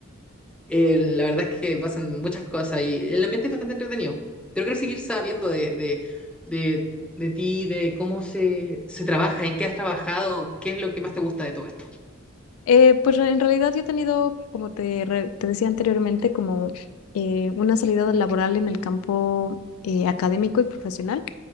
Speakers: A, in the centre; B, on the left (about 80°).
A: Eh, la verdad es que pasan muchas cosas y el ambiente es bastante entretenido. Pero quiero seguir sabiendo de, de, de, de ti, de cómo se, se trabaja, en qué has trabajado, qué es lo que más te gusta de todo esto.
B: Eh, pues re- en realidad yo he tenido, como te, re- te decía anteriormente, como eh, una salida laboral en el campo eh, académico y profesional.